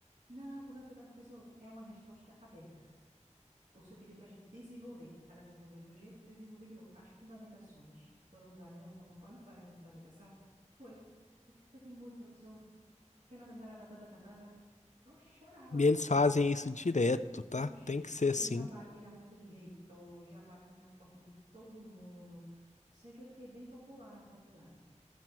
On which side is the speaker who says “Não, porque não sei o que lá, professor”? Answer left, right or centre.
Right